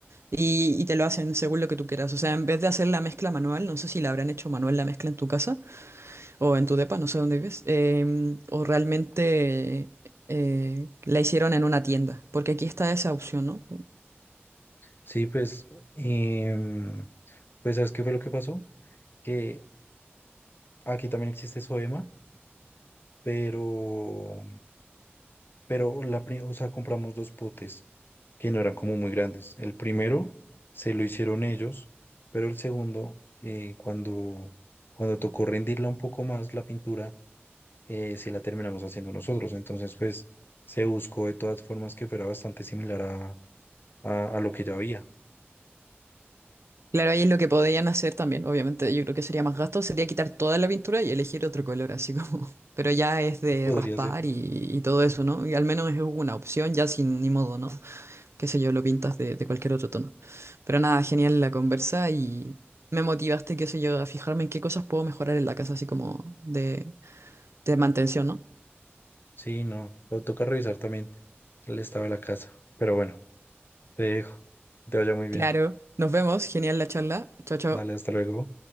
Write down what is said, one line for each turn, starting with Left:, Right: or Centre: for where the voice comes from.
Right: y, y te lo hacen según lo que tú quieras. O sea, en vez de hacer la mezcla manual, no sé si la habrán hecho manual la mezcla en tu casa o en tu depa, no sé dónde vives, em, o realmente eh, la hicieron en una tienda, porque aquí está esa opción, ¿no?
Left: Sí, pues, em, pues ¿sabes qué fue lo que pasó? Que aquí también existe SOEMA. pero, pero la, pri- o sea, compramos dos potes que no eran como muy grandes. El primero se lo hicieron ellos, pero el segundo, eh, cuando, cuando tocó rendirla un poco más la pintura, eh, se la terminamos haciendo nosotros. Entonces, pues se buscó de todas formas que fuera bastante similar a, a, a lo que ya había.
Right: Claro, ahí es lo que podrían hacer también, obviamente. Yo creo que sería más gasto, sería quitar toda la pintura y elegir otro color, así como. <laughs> Pero ya es de
Left: Podría
Right: raspar
Left: ser.
Right: y, y todo eso, ¿no? Y al menos es una opción, ya sin ni modo, ¿no? Qué sé yo, lo pintas de, de cualquier otro tono. Pero nada, genial la conversa y me motivaste, qué sé yo, a fijarme en qué cosas puedo mejorar en la casa, así como de, de mantención, ¿no?
Left: Sí, no, lo toca revisar también el estado de la casa. Pero bueno, te dejo. Que Te vaya muy bien.
Right: Claro, nos vemos, genial la charla. Chao, chao.
Left: Dale, hasta luego.